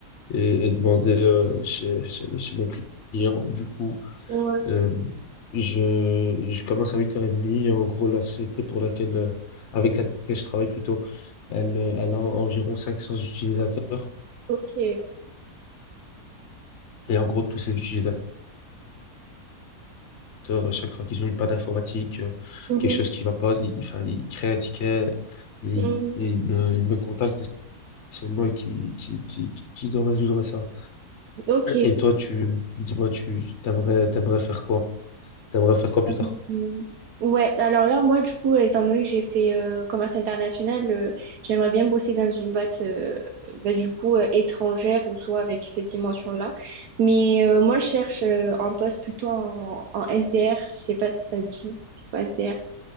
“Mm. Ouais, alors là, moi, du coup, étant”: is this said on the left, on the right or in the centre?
Right